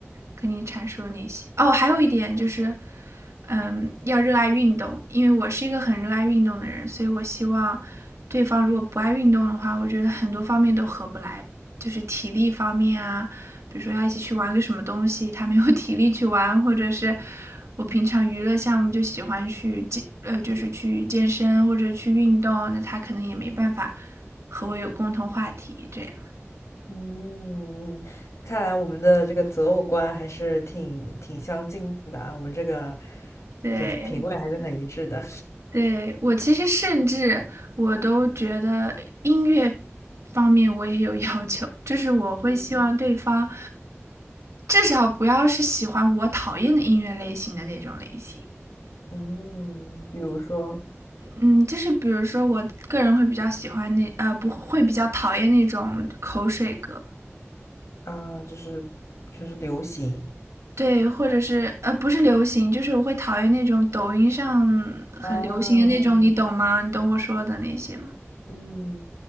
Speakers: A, on the right; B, on the left.
A: 跟你阐述那些。哦，还有一点就是，嗯，要热爱运动，因为我是一个很热爱运动的人，所以我希望对方如果不爱运动的话，我觉得很多方面都合不来，就是体力方面啊，比如说要一起去玩个什么东西，他没有 <laughs> 体力去玩，或者是我平常娱乐项目就喜欢去健，呃，就是去健身或者去运动，那他可能也没办法和我有共同话题，这样。
B: 嗯，看来我们的这个择偶观还是挺挺相近的啊，我们这个
A: 对，
B: 就是品味还是很一致的。
A: 对，我其实甚至我都觉得音乐方面我也有 <laughs> 要求，就是我会希望对方
B: 嗯
A: 至少不要是喜欢我讨厌的音乐类型的那种类型。
B: 嗯，比如说
A: 嗯，就是比如说，我个人会比较喜欢那呃，不会比较讨厌那种口水歌，
B: 啊，就是就是流行
A: 对，或者是呃，不是流行，就是我会讨厌那种抖音上很流行的那种，
B: 啊，
A: 你懂吗？你懂我说的那些吗？
B: 嗯